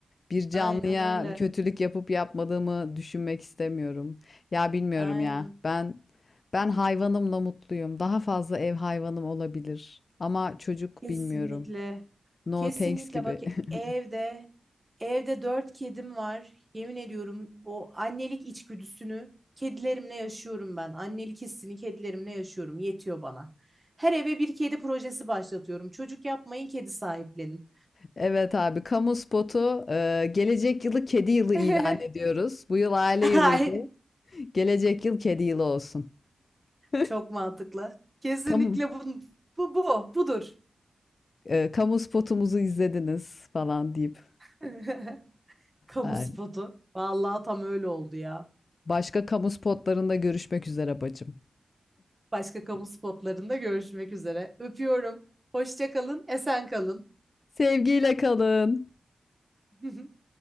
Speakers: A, on the left; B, on the right.
A: Bir canlıya
B: Aynen öyle.
A: bir kötülük yapıp yapmadığımı düşünmek istemiyorum. Ya bilmiyorum
B: Aynen.
A: ya. Ben ben hayvanımla mutluyum. Daha fazla ev hayvanım olabilir. Ama çocuk
B: Kesinlikle.
A: bilmiyorum. No
B: Kesinlikle
A: thanks gibi.
B: bak
A: <laughs>
B: evde evde dört kedim var. Yemin ediyorum o annelik içgüdüsünü kedilerimle yaşıyorum ben. Annelik hissini kedilerimle yaşıyorum. Yetiyor bana. Her eve bir kedi projesi başlatıyorum. Çocuk yapmayın, kedi sahiplenin.
A: Evet abi, kamu spotu. e, gelecek yılı kedi yılı
B: <laughs>
A: ilan ediyoruz. Bu yıl aile
B: Ay,
A: yılıydı. Gelecek yıl kedi yılı olsun. <laughs>
B: Çok mantıklı. Kesinlikle
A: Kamu,
B: bu bu bu budur.
A: e, kamu spotumuzu izlediniz falan deyip.
B: <laughs> Kamu
A: e,
B: spotu. Vallahi tam öyle oldu ya.
A: Başka kamu spotlarında görüşmek üzere bacım.
B: Başka kamu spotlarında görüşmek üzere. Öpüyorum. Hoşça kalın, esen kalın.
A: Sevgiyle kalın.
B: <laughs>